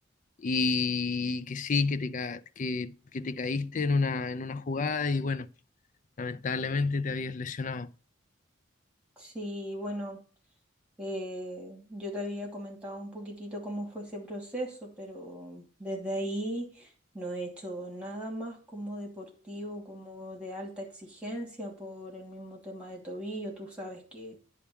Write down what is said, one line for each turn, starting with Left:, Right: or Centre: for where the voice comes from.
Left: y que sí, que te, ca- que, que te caíste en una, en una jugada y bueno, lamentablemente te habías lesionado.
Centre: Sí, bueno. Eh, yo te había comentado un poquitito cómo fue ese proceso, pero desde ahí no he hecho nada más como deportivo, como de alta exigencia por el mismo tema de tobillo. Tú sabes que